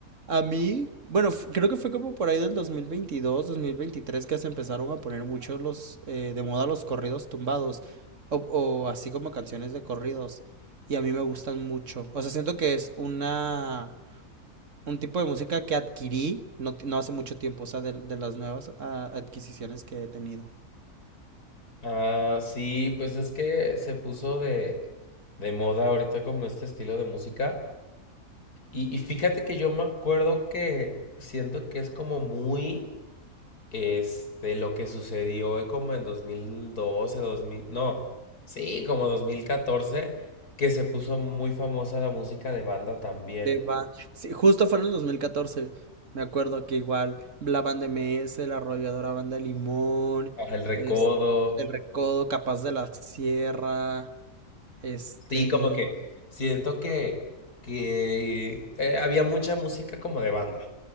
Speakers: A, on the right; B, on the left.
A: a mí, bueno, f- creo que fue como por ahí del dos dos mil veintidós dos mil veintitrés que se empezaron a poner muchos los, eh, de moda los corridos tumbados o, o así como canciones de corridos y a mí me gustan mucho. O sea, siento que es una, un tipo de música que adquirí no, ti- no hace mucho tiempo, o sea, de, de las nuevas ah, adquisiciones que he tenido.
B: Ah, sí, pues es que se puso de, de moda ahorita como este estilo de música. Y, y fíjate que yo me acuerdo que siento que es como muy este, lo que sucedió eh, como en dos mil doce dos mil no, sí, como dos mil catorce que se puso muy famosa la música de banda también.
A: De va. Sí, justo fue en el dos mil catorce Me acuerdo que igual la banda MS, la arrolladora banda Limón,
B: Ajá, El Recodo,
A: es, el Recodo, Capaz de la Sierra, este...
B: sí, como que siento que, que eh, había mucha música como de banda